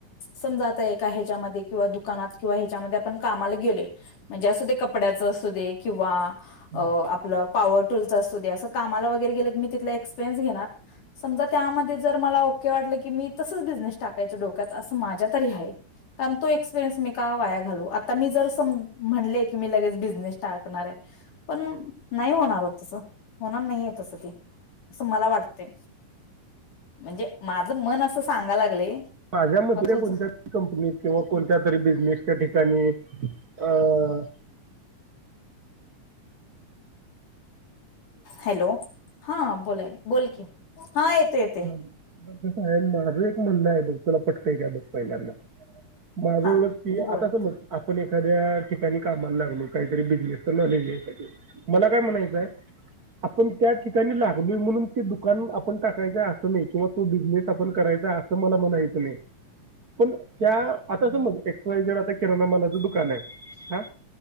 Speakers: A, on the left; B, on the right.
A: समजा आताय का ह्याच्यामध्ये किंवा दुकानात किंवा ह्याच्यामध्ये आपण कामाला गेले. म्हणजे असू दे कपड्याच असू दे किंवाअ
B: हा.
A: आपलं पावर टूलचं असुदे, असं कामाला वगैरे की मी तिथला एक्सपीरियंस घेणार समजा त्यामध्ये जर मला वाटलं की मी तसंच बिझनेस टाकायच डोक्यात माझ्या तरी आहे. कारण तो एक्सपिरियन्स मी का वाया घालू आता मी जर सम म्हणले की मी लगेच बिझनेस टाकणार हाय, पण नाही होणार हो तस. होणार नाहीय तसं काही असं मला वाटतंय म्हणजे माझं मन असं सांगा लागले.
B: माझ्या मधल्या
A: मग तुझ
B: कोणत्या तरी कंपनीत किंवा कोणत्या तरी बिझनेस त्या ठिकाणी अ
A: हॅलो हा बोला बोल की हा येतो येतो.
B: बर कस आहे माझं एक म्हण आहे बघ तुला पटकाय का बघ पहिल्यांदा. माझं
A: हा
B: बग की
A: बोल
B: आता समज आपण एखाद्या ठिकाणी कामाला लागलो काहीतरी बिझनेस तर न लिली यासाठी मला काय म्हणायचं आहे. आपण त्या ठिकाणी लागलोय म्हणून ते दुकान आपण टाक य असं नाही किंवा तो बिझनेस आपण करायचा असं मला म्हणायचं नाही. पण त्या आता समज एक्सवाय जेड आता किराणा मालाचं दुकान आहे हा?